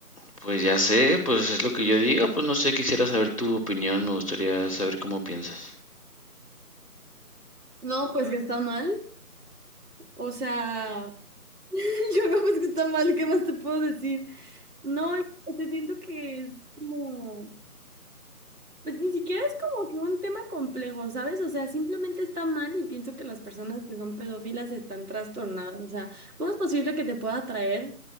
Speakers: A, on the left; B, on the right.
A: pues ya sé, pues es lo que yo digo. Pues no sé, quisiera saber tu opinión, me gustaría saber cómo piensas.
B: No, pues que está mal. O sea, <laughs> yo no, pues que está mal, ¿qué más te puedo decir? No, es- te siento que es como Pues ni siquiera es como que un tema complejo, ¿sabes? O sea, simplemente está mal y pienso que las personas que son pedófilas están trastornadas. O sea, ¿cómo es posible que te pueda atraer?